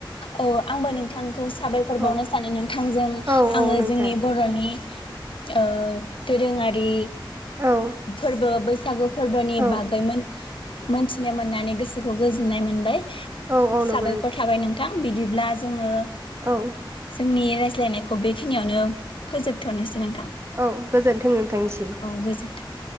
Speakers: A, on the left; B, on the right.
A: औ आंबो नोंथांखौ साबायखर
B: औ
A: बावनो सानो नोंथांजों
B: औ औ
A: आङो
B: नोंथां
A: जोंनि बरनि ओ दोरोङारि
B: औ
A: फोरबो बै सागु फोरबोनि
B: औ
A: बागै मोन मोनथिनो मोननानै गोसोखौ गोजोननाय मोनबाय। साबायखर
B: औ औ नंगौ
A: नोंथां, बिदिब्ला जोङो
B: औ
A: जोंनि रायज्लायनायखौ बेखिनियावनो फोजोबथनोसै। नोंथां
B: औ गोजोनथों नोंथांनिसिम
A: औ गोजोन्थों।